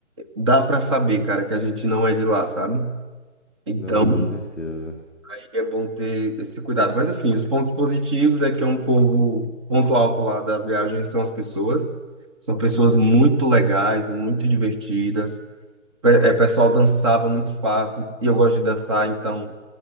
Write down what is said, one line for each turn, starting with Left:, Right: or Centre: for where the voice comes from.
Right: dá para saber, cara, que a gente não é de lá, sabe? Então,
Centre: Não, com
Right: Uhum.
Centre: certeza.
Right: aí é bom ter esse cuidado. Mas assim, os pontos positivos é que é um povo, ponto alto lá da viagem são as pessoas. São pessoas muito legais, muito divertidas. Pe- É, o pessoal dançava muito fácil, e eu gosto de dançar, então